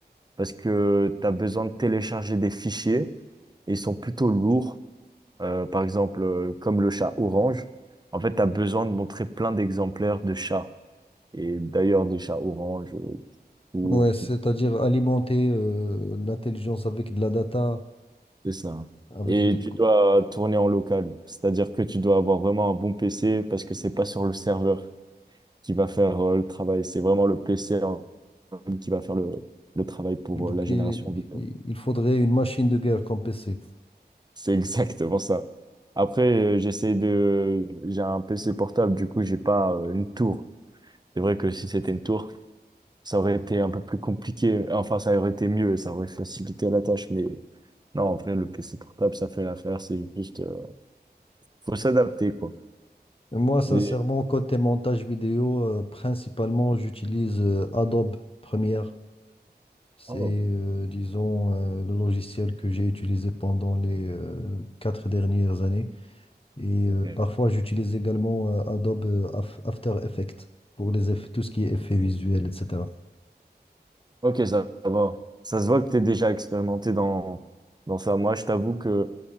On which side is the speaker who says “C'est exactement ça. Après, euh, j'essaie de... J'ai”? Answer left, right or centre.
Right